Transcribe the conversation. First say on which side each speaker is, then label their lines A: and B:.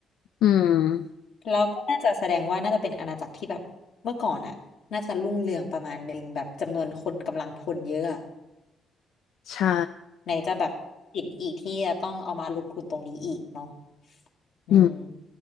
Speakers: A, on the left; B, on the left.
A: อืม
B: แล้วก็น่าจะแสดงว่าน่าจะเป็นอาณาจักรที่แบบเมื่อก่อนอ่ะน่าจะรุ่งเรืองประมาณหนึ่งแบบจำนวนคนกำลังพลเยอะอะ
A: ใช่
B: ไหนจะแบบสินอีกที่จะต้องเอามาลงทุนตรงนี้อีกเนาะอืม
A: อืม